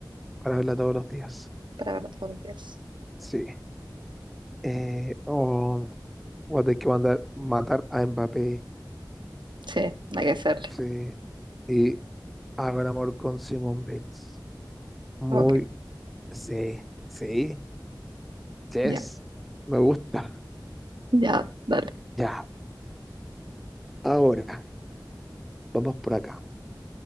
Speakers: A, in the centre; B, on the right.
A: para verla todos los días.
B: para verlo todos los días.
A: Sí. Eh, oh, voy a tener que mandar matar a Mbappé.
B: Sí, hay que hacerlo.
A: Sí. Y hago el amor con Simone Bills. Muy,
B: Ok,
A: sí, sí, yes,
B: ya,
A: me gusta.
B: ya, dale.
A: Ya, ahora, vamos por acá.